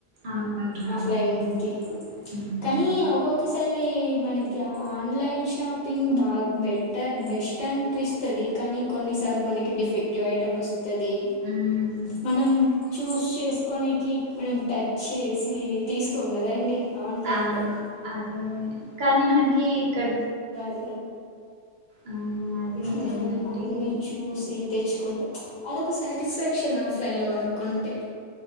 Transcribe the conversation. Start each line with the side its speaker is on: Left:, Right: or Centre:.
Right: అనుకుంటున్నారా
Left: ఆఫ్లైన్కి
Right: అండి మ్మ్
Left: కానీ ఒక్కొక్కసారి మన ఆన్లైన్ షాపింగ్ బాగా బెటర్ బెస్ట్ అనిపిస్తుంది కానీ కొన్నిసార్లు మనకి డిఫెక్టివ్ ఐటమ్ వస్తుం టది
Right: మ్మ్
Left: మనం చూస్ చేసుకోనికి మనం టచ్ చేసి తీసుకోం కదండి ఆన్లైన్లో
Right: ఆ అదే కానీ మనకి ఇక్కడ
Left: <unintelligible>
Right: ఆ అది నిజమేనండి
Left: మనం అన్ని చూసి తెచ్చుకుంటు అదొక సాటిస్ఫాక్షన్ ఆఫ్లైన్లో కోనుక్కుంటే